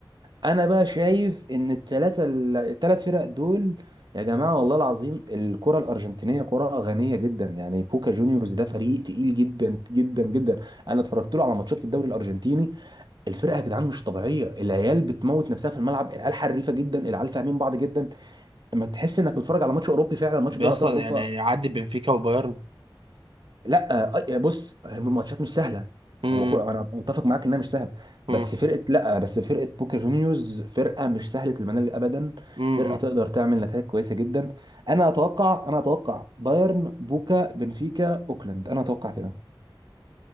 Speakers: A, on the right; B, on the right.
A: انا بقى شايف ان الثلاثه الثلاث فرق دول يا جماعه والله العظيم الكره الارجنتينيه كره غنيه جدا يعني بوكا جونيورز ده فريق تقيل جدا جدا جدا انا اتفرجت له على ماتشات في الدوري الارجنتيني الفرقه يا جدعان مش طبيعيه العيال بتموت نفسها في الملعب العيال حريفه جدا العيال فاهمين بعض جدا اما تحس انك بتتفرج على ماتش اوروبي فعلا ماتش
B: بيصلا
A: في دوري ابطال اوروبا
B: يعني يعدي بنفيكا وبايرن
A: لا آه، آه، بص هم الماتشات مش سهله
B: امم
A: هو كل انا متفق معاك انها مش سهله
B: امم
A: بس فرقه لا بس فرقه بوكا جونيورز فرقه مش سهله المنال ابدا
B: امم
A: فرقه تقدر تعمل نتائج كويسه جدا انا اتوقع انا اتوقع بايرن بوكا بنفيكا اوكلاند انا اتوقع كده